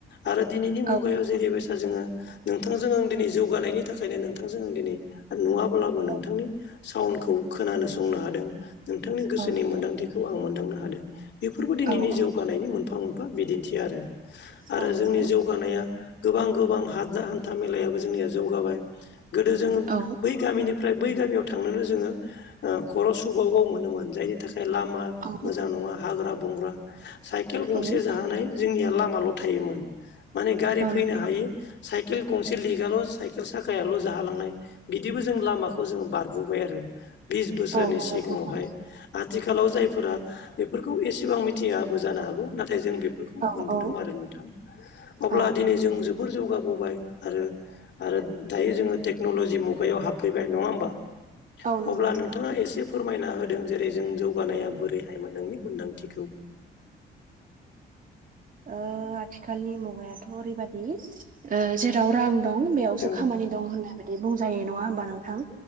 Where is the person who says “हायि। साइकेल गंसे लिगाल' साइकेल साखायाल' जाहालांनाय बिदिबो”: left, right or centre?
Left